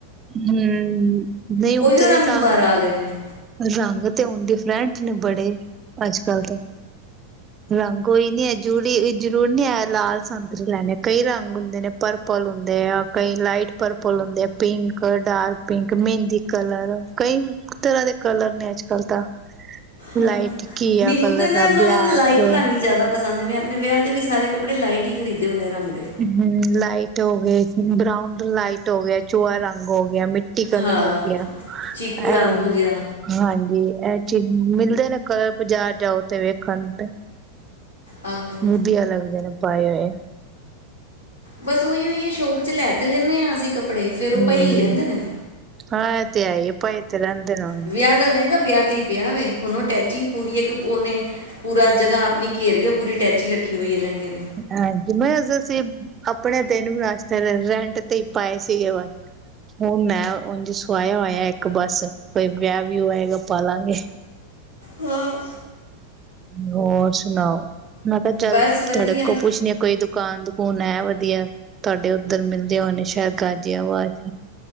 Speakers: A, on the right; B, on the left.
A: ਹੂੰ, ਨਹੀਂ
B: ਉਹੀਓ
A: ਤੇ
B: ਰੰਗ
A: ਰੰਗ-ਰੰਗ
B: ਦੁਬਾਰਾ ਆ ਗਏ ਨੇ
A: ਤੇ ਹੁਣ ਡਿਫਰੈਂਟ ਨੇ ਬੜੇ ਅੱਜ- ਕੱਲ ਦੇ ਰੰਗ ਈ ਨੀ ਹੈ ਜੂੜੀ ਜਰੂਰ ਨੀ ਹੈ ਲਾਲ, ਸੰਤਰੀ ਲੈਣੇ ਕਈ ਰੰਗ ਹੁੰਦੇ ਨੇ ਪਰਪਲ ਹੁੰਦੇ ਆ। ਕਈ ਲਾਈਟ ਪਰਪਲ ਹੁੰਦੇ ਆ ਪਿੰਕ, ਘ ਡਾਰਕ, ਪਿੰਕ ਮਹਿੰਦੀ ਕਲਰ, ਕਈ ਤਰ੍ਹਾਂ ਦੇ ਕਲਰ ਨੇ ਅੱਜ ਕੱਲ ਤਾਂ
B: ਹਾਂ
A: ਲਾਈਟ ਘੀਆ
B: ਮੈਨੂੰ
A: ਕਲਰ
B: ਤੇ ਨਾ
A: ਦਾ
B: ਮਤਲਬ
A: ਬਲੈਕ
B: ਲਾਈਟ
A: ਹੂੰ
B: ਰੰਗ ਹੀ ਜਿਆਦਾ ਪਸੰਦ ਹੈ ਮੈਂ, ਆਪਣੇ ਵਿਆਹ ਤੇ ਵੀ ਸਾਰੇ ਕਲਰ ਲਾਈਟ ਹੀ ਖਰੀਦੇ ਹੋਨੇ ਆ। ਰੰਗ ਦੇ
A: ਹੂੰ, ਲਾਈਟ ਹੋਵੇ। ਬਰਾਊਨ ਲਾਈਟ ਹੋ ਗਿਆ ਚੂਆ ਰਫ ਹੋ ਗਿਆ ਮਿੱ ਟੀ ਕਲਰ
B: ਹਾਂ
A: ਹੋ ਗਿਆ
B: ਚੀਕੂ ਰੰਗ
A: ਐ ਹੁਣ
B: ਹੋ ਗਿਆ
A: ਹਾਂਜੀ, ਇਹ ਚੀਜ਼ ਮਿਲਦੇ ਨੇ ਕ ਬਾਜ਼ਾਰ ਜਾਓ ਤੇ ਵੇਖਣ ਤੇ,
B: ਆਹੋ
A: ਵਧੀਆ ਲੱਗਦੇ ਨੇ, ਪਾਏ ਹੋਏ,
B: ਬਸ ਉਹੀ ਉਹੀ ਏ ਸ਼ੋਕ ਚ ਲੈ ਤੇ ਲੈਂਦੇ ਹਾਂ ਅਸੀਂ ਕ ਕੱਪੜੇ ਫੇਰ ਉਹ
A: ਹੂੰ
B: ਪਈ ਰਹਿੰਦੇ ਨੇ
A: ਹਾਂ ਇਹ ਤੇ ਹੈ ਹੀ ਪਏ ਤੇ ਰਹਿੰਦੇ ਨੇ ਹੁਣ
B: ਵਿਆਹ ਦਾ ਲਹਿੰਗਾ ਵਿਆਹ ਤੇ ਹੀ ਪਿਆ ਵ ਹੁਣ ਉਹ ਟੈਚੀ ਪੂਰੀ ਉਹਨੇ ਪੂਰਾ ਜਗ੍ਹਾ ਆਪਣੀ ਘੇਰ ਗਿਆ ਪੂਰੀ ਅਟੈਚੀ ਰੱਖੀ ਹੋਈ ਹੈ ਲਹਿੰਗੇ ਨੇ
A: ਹਾਂਜੀ ਮੈਂ ਅਸੀਂ ਆਪਣੇ ਦਿਨ ਵੀ ਰਸਤੇ ਰੈਂਟ ਤੇ ਹੀ ਪਾਏ ਸੀਗੇ ਵ ਹੁਣ ਮੈਂ ਸੁਆਇਆ ਹੋਇਆ ਇੱਕ ਬੱਸ ਕੋਈ ਵਿਆਹ ਵਿਹ ਆਏਗਾ ਪਾਲਾਂਗੇ।
B: ਹੂੰ,
A: ਹੋਰ ਸੁਣਾਓ? ਮੈਂ ਕਿਹਾ ਚੱਲ
B: ਬਸ ਵਧੀਆ
A: ਤੁਹਾਡੇ ਕੋਲ ਪੁੱਛਣੀ ਕੋਈ ਦੁ ਦੁਕਾਨ-ਦੁਕਾਨ ਹੈ ਵਧੀਆ ਤੁਹਾਡੇ ਉੱਧਰ ਮਿਲਦੇ ਹੋਏ ਨੇ ਸ਼ਾਇਦ ਗਾਜੀਵਾਜ਼